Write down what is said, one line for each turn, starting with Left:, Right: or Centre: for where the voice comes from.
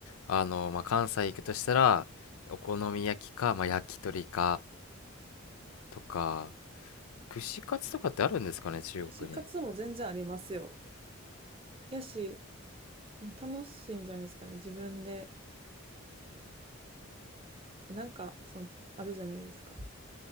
Left: あの、まあ、関西行くとしたら、お好み焼きか、まあ、焼き鳥か、とか、串カツとかってあるんですかね、中国に。
Right: 串カツも全然ありますよ。やし、楽しいんじゃないですかね、自分で。えなんか、その、あるじゃないですか。